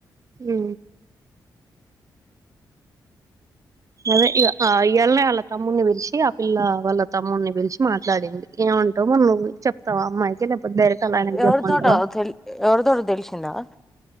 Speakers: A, on the right; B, in the centre.
A: హు అదే ఇయాలెనే వాళ్ళ తమ్ముడిని పలిచి ఆ పిల్ల వాళ్ళ తమ్ముడిని పిలిచి మాట్లాడింది ఏమంటా మ నువ్వు చెప్తావ అమ్మాయికి లేకపోతే డైరెక్ట్ వాళ్ళ ఆయనకి
B: ఎవరు
A: చెప్పమంటావా
B: తోటో తేల్ ఎవర్ తోటో తెలిసందా